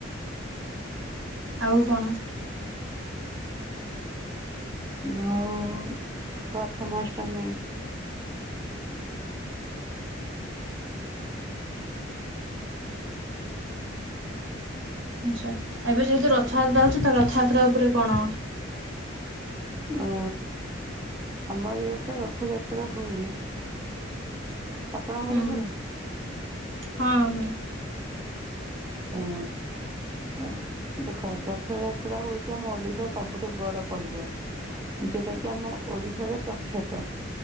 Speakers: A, on the right; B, on the right.
A: ଆଉ କଣ
B: ଆଉ ପ୍ରଥମାଷ୍ଟମୀ
A: ଆଚ୍ଛା ଏବେ ଯେହେତୁ ରଥଯାତ୍ରା ହେଉଛି ତ ରଥଯାତ୍ରା ଉପରେ କଣ
B: ଓ ଆମ ଇଆଡ଼େ ତ ରଥଯାତ୍ରା ହୁଏ ଆପଣଙ୍କର
A: ହୁଁ
B: ହୁଏ
A: ହଁ ହଁ
B: କଣ ହଁ ଦେଖ ରଥଯାତ୍ରା ହେଉଛି ଆମ ଓଡ଼ିଶା ସବୁଠୁ ବଡ଼ ପର୍ବ ଯୋଉଟା କି ଆମ ଓଡ଼ିଶାରେ ପ୍ରଖ୍ୟାତ